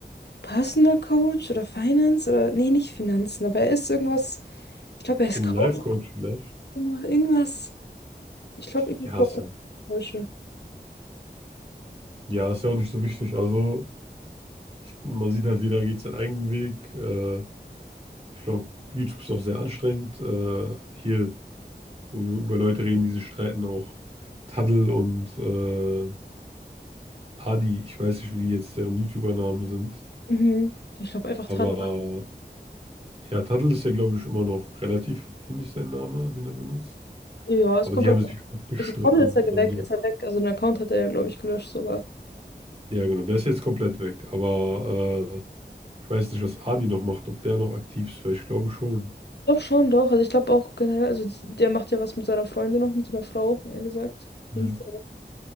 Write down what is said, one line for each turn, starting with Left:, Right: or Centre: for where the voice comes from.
Left: Personal Coach oder Finance oder, nee, nicht Finanzen, aber er ist irgendwas, ich glaube, er ist
Right: So ein
Left: Coach
Right: Life-Coach vielleicht.
Left: oder irgendwas. Ich glaube, irgendwas
Right: Ja,
Left: was
Right: ist ja
Left: Falsche.
Right: Ja, ist ja auch nicht so wichtig. Also, man sieht halt, jeder geht seinen eigenen Weg. Äh, ich glaube, YouTube ist auch sehr anstrengend. Äh, hier, wo wir über Leute reden, die sich streiten, auch Taddel und äh, Adi. Ich weiß nicht, wie die jetzt deren YouTuber-Namen sind.
Left: Mhm. Ich glaube einfach
Right: Aber
Left: Tadel.
Right: äh, ja, Taddel ist ja, glaube ich, immer noch relativ ähnlich sein Name, den er benutzt.
Left: Ja, es
Right: Aber
Left: kommt
Right: die
Left: drauf
Right: haben sich
Left: an.
Right: auch gestritten.
Left: Also Tadel ist er
Right: Also,
Left: weg,
Right: die,
Left: ist er weg. Also ein Account hat er ja, glaube ich, gelöscht sogar.
Right: ja, genau. Der ist jetzt komplett weg. Aber äh, ich weiß nicht, was Adi noch macht, ob der noch aktiv ist, weil ich glaube schon.
Left: ich glaube schon doch. Also ich glaube auch generell, also die- der macht ja was mit seiner Freundin noch, mit seiner Frau, eher gesagt.
Right: Mhm.
Left: Wie hieß der?